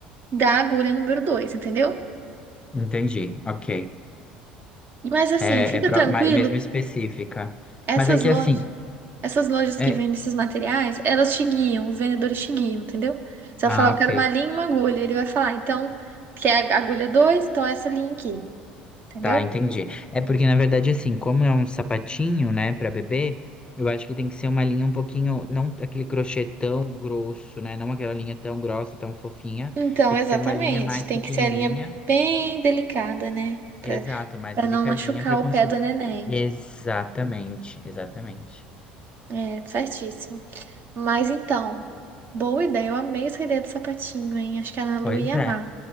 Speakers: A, on the right; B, on the left.
A: da agulha número dois entendeu?
B: entendi, ok.
A: Mas assim,
B: É,
A: fica
B: é pro-
A: tranquilo,
B: ma- mesmo específica.
A: essas
B: Mas é que
A: lojas.
B: assim,
A: Essas lojas
B: é...
A: que vendem esses materiais, elas te guiam, os vendedores te guiam, entendeu? Você
B: Ah,
A: vai falar, eu quero
B: ok,
A: uma linha e uma agulha. Ele vai falar, então, quer a agulha dois Então, essa linha aqui, entendeu?
B: tá, entendi. É porque, na verdade, assim, como é um sapatinho, né, pra bebê, eu acho que tem que ser uma linha um pouquinho, não aquele crochê tão grosso, né, não aquela linha tão grossa, tão fofinha,
A: Então,
B: tem
A: exatamente.
B: que ser uma linha mais
A: Tem
B: pequenininha.
A: que ser a linha bem delicada, né? Pra,
B: Exato, mais
A: pra
B: delicadinha
A: não machucar
B: para
A: o
B: conseguir.
A: pé do neném.
B: Exatamente, exatamente.
A: É, certíssimo. Mas então, boa ideia. Eu amei essa ideia do sapatinho, hein? Acho que a Ana Lu
B: Pois
A: ia
B: é.
A: amar.